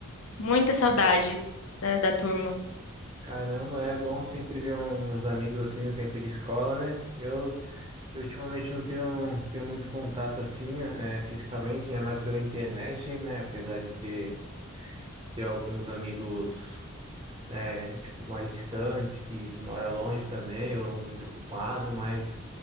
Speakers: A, on the left; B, on the right.
A: Muita saudade da, da turma.
B: Caramba, é bom sempre ver um, uns amigos assim no tempo de escola, né? Eu, eu ultimamente não tenho, tenho muito contato assim, eh, fisicamente, né? Mais pela internet, né? Apesar de ter, de ter alguns amigos. né, tipo, mais distante, que, que mora longe também, ou muito ocupado, mas,